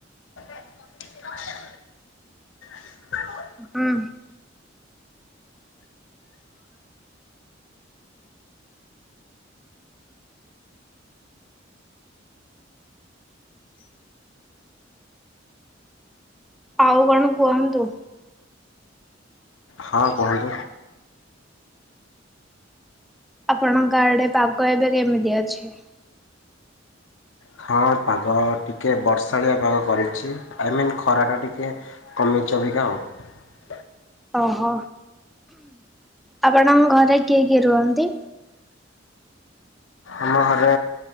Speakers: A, on the left; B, in the centre.
A: <inaudible> <inaudible>
B: ହୁଁ। ଆଉ କଣ କୁହନ୍ତୁ?
A: ହଁ କୁହନ୍ତୁ?
B: ଆପଣଙ୍କ ଆଡ଼େ ପାଗ ଏବେ କେମିତି ଅଛି?
A: ହଁ ପାଗ ଟିକେ ବର୍ଷାଳିଆ ପାଗ କରୁଛି। ଆଇମନ୍ ଖରା ଟା ଟିକେ କମି ଚି ଅବିକା ଆଉ।
B: ଓହୋ। ଆପଣଙ୍କ ଘରେ କିଏ କିଏ ରୁହନ୍ତି?
A: ଆମ ଘରେ